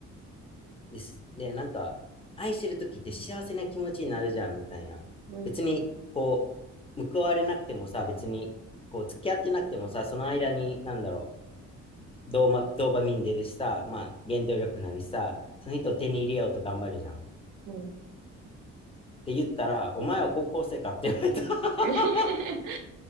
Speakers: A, on the left; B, on the right.
A: です。で、なんか、愛してる時って幸せな気持ちになるじゃんみたいな。
B: うん。
A: 別に、こう、報われなくてもさ、別に、こう、付き合ってなくてもさ、その間に、なんだろう、ドーマ、ドーパミン出るしさ、まあ、原動力なりさ、その人を手に入れようと頑張るじゃん。
B: うん
A: って言ったら、お前は高校生かって言われた。<laughs>
B: <laughs>